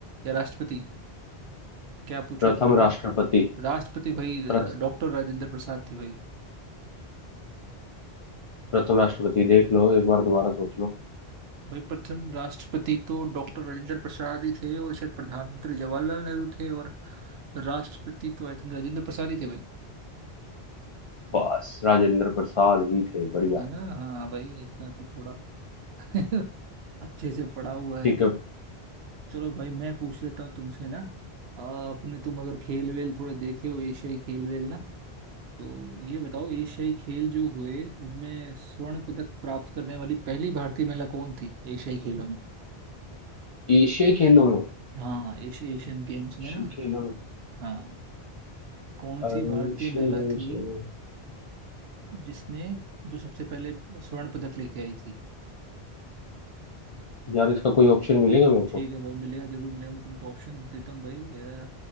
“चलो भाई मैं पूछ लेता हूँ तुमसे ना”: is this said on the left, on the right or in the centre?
Right